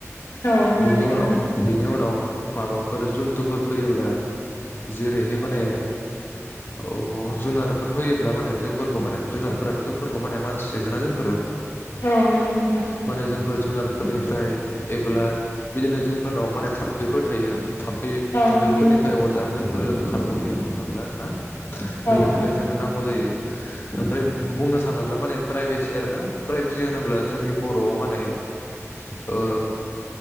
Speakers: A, on the left; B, on the left.
A: औ
B: बिनि
A: औ नंगौ
B: उनाव
A: नोंथां
B: बिनि उनाव माबाफोर जुन्थुफोर फैयोब्ला जेरैहाय माने औ जुनारफोर फैयोब्ला माने जोंफोरखौ माने जुनारफोराथ जोंफोरखौ माने मानसि इजिना जोंफोरो।
A: औ नोंगौ नोंथां।
B: माने जोंफोर जुनारफोरनिफ्राय एबोला बिदिनो जोंफोरनाव माने थाम्फैफोर थायो । थाम्फै
A: औ
B: थाम्फैफोरनिफ्राय अर जानो जोंफोरो खारगयो न थाबोला आरो ना। बेनि
A: नंगौ औ नंगौ नोंथां औ
B: थाखाय जोंनो नांगौ जायो ओमफ्राय बुंनो थाङोब्ला माने प्राइभेसि आरो ना प्राइभेसि होनोब्ला जोंनि बर आव माने ओ